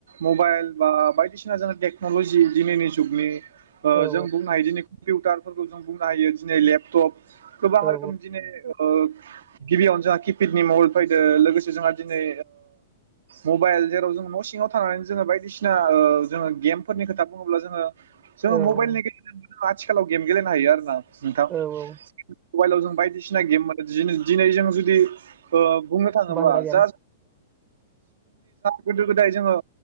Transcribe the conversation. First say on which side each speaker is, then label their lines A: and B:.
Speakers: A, on the right (about 80°); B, on the right (about 20°).
A: मबाइल बा बायदिसिना जों टेक्नलजि दिनैनि जुगनि। ओ
B: औ
A: जों बुंनो हायोदिनि कम्पिउटारफोरखौ जों बुंनो हायो दिनै लेपटप बाहर
B: औ
A: खोमजिनो गिबियावनो जोंहा किपेडनि मबाइल फैदों लोगोसे जोंहा दिनै मबाइल जेराव जों न' सिङाव थानानै जोङो बायदिसिना जोङो गेमफोरनि खोथा बुङोब्ला जोङो जोङो
B: औ
A: मबाइलनि
B: औ
A: गेजेरजों आथिखालाव गेम गेलेनो हयो आरो ना। नोंथां
B: औ औ
A: मबाइलाव जों गेम मोनदों दिनै दिनै जों जुदि ओ बुंनो थाङोबा
B: बाहेरा गेम
A: जा गोदो गोदाय जोङो